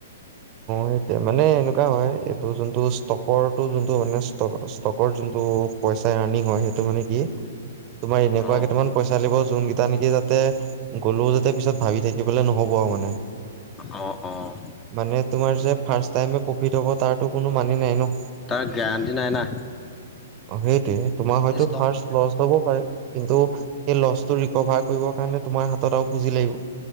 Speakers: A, on the right; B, on the left.
A: সেইটো মানে এনেকুৱা হয় এইটো যোনটো ষ্টকৰটো যোনটো মানে ষ্ট ষ্টকৰ যোনটো পইচাই আৰ্নিং হয় সেইটো মানে কি তোমাৰ এনেকুৱা
B: অ
A: কেইটামান পচ চালিব যোনকেইটা নেকি যাতে গ'লো যাতে পিছত ভাবি থাকিবলৈ নহ'ব আৰু মানে
B: অঁ অঁ
A: মানে তোমাৰ যে ফাৰ্ষট টাইমে প্ৰফিট হ'ব তাৰো কোনো মানি নাই ন
B: তাৰ গাৰেণ্টি নাই না
A: অ সেই তোমাৰ হয়তো
B: ষ্টক
A: ফাৰ্ষ্ট লছ লব পাৰে কিন্তু সেই লছটো কভাৰ কৰিবৰ কাৰণে তোমাৰ হাতত আৰু পুজি লাগিব।